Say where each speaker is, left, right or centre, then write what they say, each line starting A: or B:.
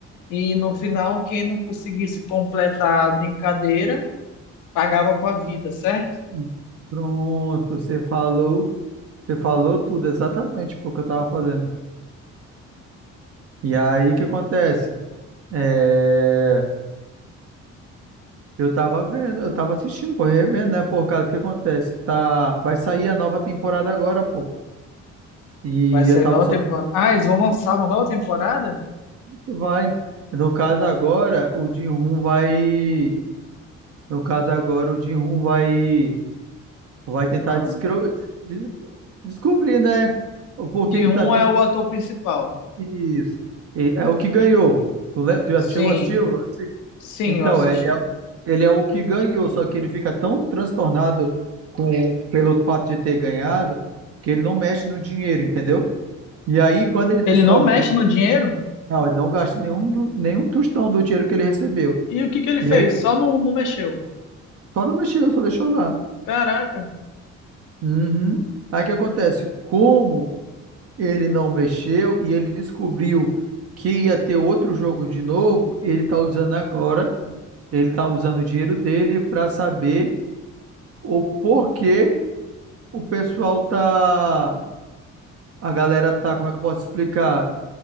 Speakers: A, on the left; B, on the right.
A: E no final, quem não conseguisse completar a brincadeira pagava com a vida, certo?
B: e- Pronto, você falou, você falou tudo exatamente tipo, o que eu tava fazendo. E aí o que acontece? É, eu tava vendo, eu tava assistindo, pô, revendo, né? Por causa do que acontece. Tá, vai sair a nova temporada agora, pô. E
A: Vai sair
B: eu tava
A: nova
B: só
A: temporada.
B: tentando
A: Ah, eles vão lançar uma nova temporada?
B: que vai. No caso agora, o Jin-Hoon vai, no caso agora o Jin-Hoon vai vai tentar
A: Ah.
B: descro- de- de- descobrir, né? O porquê
A: de
B: que
A: rum
B: tá tendo
A: é o ator principal.
B: Isso. E é o que ganhou. Tu, le- tu já
A: Sim,
B: chegou a assistir o Round Six?
A: sim,
B: Então,
A: eu assisti.
B: ele é, ele é o que ganhou, só que ele fica tão transtornado com, pelo fato de ter ganhado que ele não mexe no dinheiro, entendeu? E aí, quando ele descobre
A: Ele não mexe
B: que.
A: no dinheiro?
B: Não, ele não gasta nenhum, do- nenhum tostão do dinheiro que ele recebeu.
A: E o que que ele
B: E
A: fez?
B: aí, que-
A: Só não, não mexeu.
B: só não mexeu, só deixou lá.
A: Caraca.
B: Uhum. Aí o que acontece? Como Ele não mexeu e ele descobriu que ia ter outro jogo de novo. Ele está usando agora, ele está usando o dinheiro dele para saber o porquê o pessoal tá, a galera tá, como é que eu posso explicar?